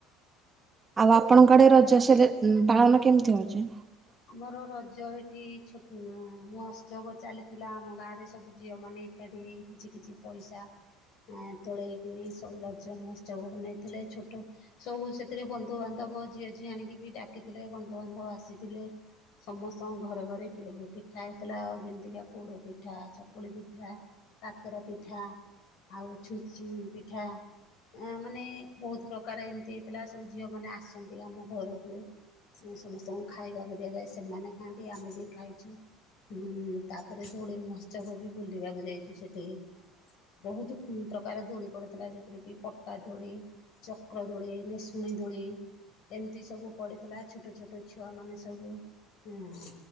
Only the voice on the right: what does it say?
ଆଉ ଆପଣଙ୍କ ଆଡ଼େ ରଜ ସେଲେ ପାଳନ କେମ୍ତି ହଉଚି।